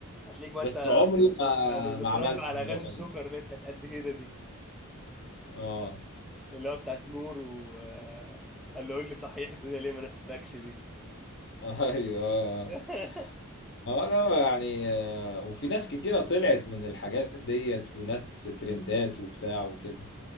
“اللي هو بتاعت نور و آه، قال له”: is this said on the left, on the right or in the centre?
Centre